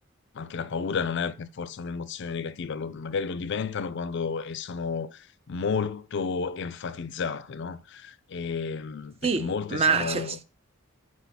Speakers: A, on the left; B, on the right.
A: anche la paura non è per forza un'emozione negativa, lo- magari lo diventano quando eh, sono molto enfatizzate, no? Ehm, perché
B: Sì,
A: molte
B: ma
A: sono
B: c'è-